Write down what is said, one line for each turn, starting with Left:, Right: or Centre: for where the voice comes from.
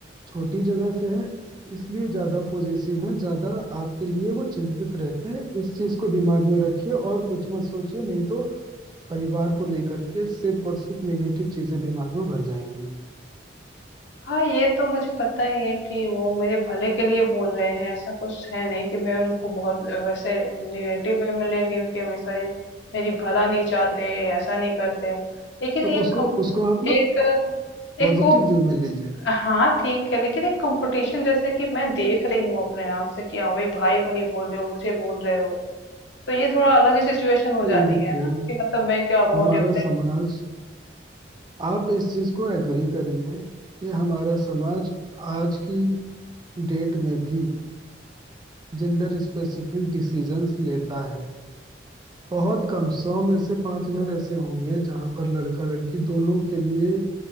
Right: छोटी जगह से है इसलिए ज्यादा पॉजिटिव है ज्यादा आपके लिए वो चिंतित रहते हैं इस चीज को दिमाग में रखिए और कुछ मत सोचिए नहीं तो परिवार को लेकर के सिर्फ और सिर्फ नेगेटिव चीजें दिमाग में भर जाएंगी
Left: हाँ ये तो मुझे पता ही है कि वो मेरे भले के लिए बोल रहे हैं ऐसा कुछ है नहीं कि मैं उनको बहुत अ, वैसे निगेटिव वे में ले रही हूँ कि हमेशा ये मेरी भला नहीं चाहते ऐसा नहीं करते लेकिन
Right: तो
Left: एक
Right: उसको
Left: कम-
Right: उसको आप ना
Left: एक
Right: पॉजिटिव
Left: एक वो
Right: वे में लीजिए
Left: हाँ ठीक है लेकिन एक कंपटीशन जैसे कि मैं देख रही हूँ अपने आंख से कि हाँ भाई भाई को नहीं बोल रहे हो मुझे बोल रहे हो तो ये थोड़ा अलग ही सिचुएशन हो
Right: नहीं
Left: जाती
Right: देखिए
Left: है ना कि मतलब मैं क्या बहुत
Right: हमारा
Left: डिफरेंट
Right: समाज आप इस चीज को एग्री करिए कि हमारा समाज आज की डेट में भी जेंडर स्पेसिफिक डिसीजंस लेता है बहुत कम सौ में से पांच घर ऐसे होंगे जहां पर लड़का लड़की दोनों के लिए